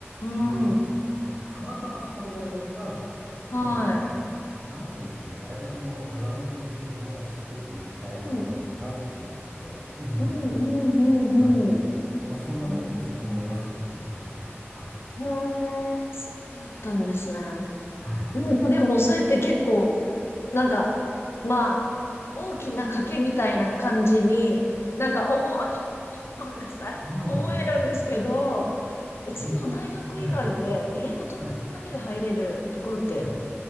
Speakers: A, on the left; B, on the right.
A: ん、
B: 絞りたかったっていうのもあって、
A: うん、
B: たまたまそこの大学が、
A: はい。
B: まあ、わなんていうんですかね、大学のブランド的に私すごく行きたいところだったっていうのがあって、
A: うん、
B: うん。
A: うん、うん、うん、
B: はい。まあ、そんなことでそこを目指すことになりましたね。
A: うん。
B: はい。
A: へえへえ、そうだったんですね。
B: はい。
A: なんかでも、そうやって結構、なんか、まあ、大きな賭けみたいな感じに、なんか思わ、<laughs> ごめんなさい。
B: そうなんですよ。
A: 思えるんですけど、えその大学以外で、
B: 今はい。
A: 英語と論文だけで入れるところって
B: はい。はい。